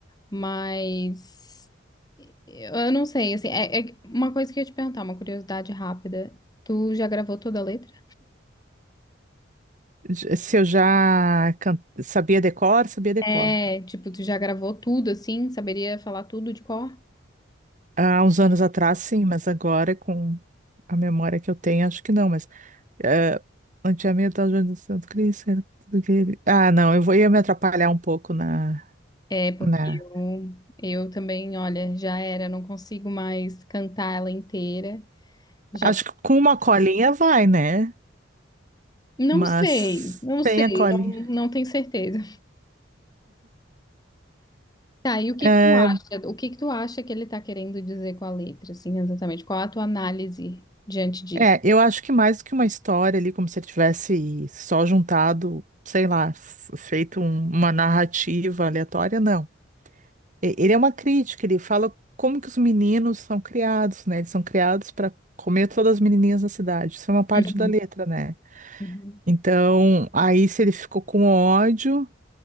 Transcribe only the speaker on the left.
mas eu não sei, assim, é, é uma coisa que eu ia te perguntar, uma curiosidade rápida. Tu já gravou toda a letra?
É, tipo, tu já gravou tudo, assim? Saberia falar tudo de cor?
É, porque
eu, eu também, olha, já era, não consigo mais cantar ela inteira. Já
não
sei, não sei,
não, não tenho certeza. Tá, e o que
que tu acha? O que que tu acha que ele tá querendo dizer com a letra, assim, exatamente? Qual a tua análise diante disso?
Uhum,
uhum,